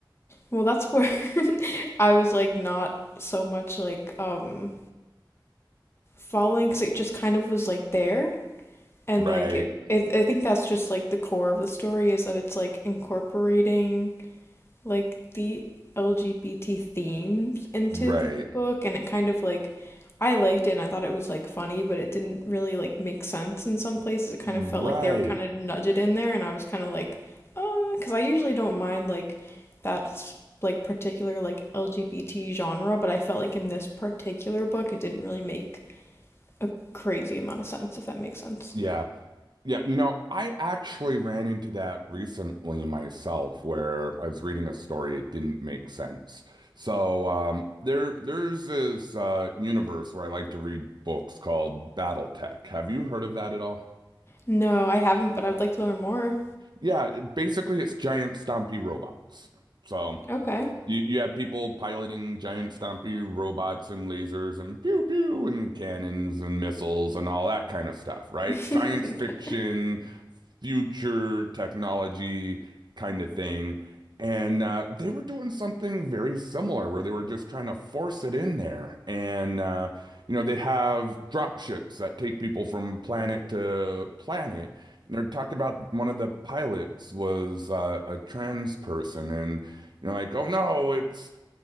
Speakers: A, on the left; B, on the right.
A: Well, that's where <laughs> I was like not so much like um following because it just kind of was like there and
B: Right,
A: like it, it I think that's just like the core of the story is that it's like incorporating like the LGBT themes into
B: right,
A: the book and it kind of like I liked it and I thought it was like funny but it didn't really like make sense in some places it kind
B: right.
A: of felt like they were kind of nudged in there and I was kind of like uh because I usually don't mind like that's like particular like LGBT genre but I felt like in this particular book it didn't really make a crazy amount of sense, if that makes sense.
B: Yeah, yeah. You know, I actually ran into that recently myself, where I was reading a story. It didn't make sense. So um, there there's this uh, universe where I like to read books called BattleTech. Have you heard of that at all?
A: No, I haven't, but I would like to learn more.
B: Yeah, basically it's giant stompy robots. So
A: Okay.
B: you you have people piloting giant stompy robots and lasers and pew pew and cannons and missiles and all that kind of stuff, right?
A: <laughs>
B: Science fiction, future technology kind of thing. And uh, they were doing something very similar where they were just trying to force it in there. And uh, you know, they have drop ships that take people from planet to planet. And they're talking about one of the pilots was uh, a trans person and you're like, oh no, it's